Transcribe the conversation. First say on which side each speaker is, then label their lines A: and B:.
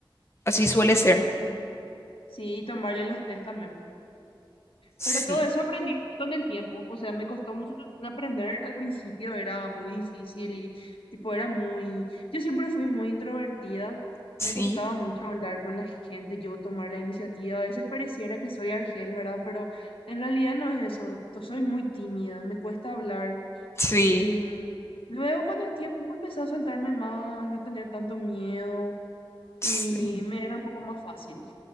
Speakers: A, on the left; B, on the left.
A: así suele
B: sí, sí,
A: ser.
B: sí, así mismo. Sí, y tomarle los test también.
A: Sí,
B: Pero todo eso aprendí con el tiempo, o sea, me costó mucho también aprender al principio, era muy difícil y tipo era muy, yo siempre fui muy introvertida,
A: sí,
B: me costaba mucho hablar con la gente, yo tomar la iniciativa, a veces pareciera que soy Argel, ¿verdad? Pero en realidad no es eso, yo soy muy tímida, me cuesta hablar
A: sí,
B: y mm, luego con el tiempo empecé a soltarme más, a no tener tanto miedo y
A: sí.
B: me era un poco más fácil.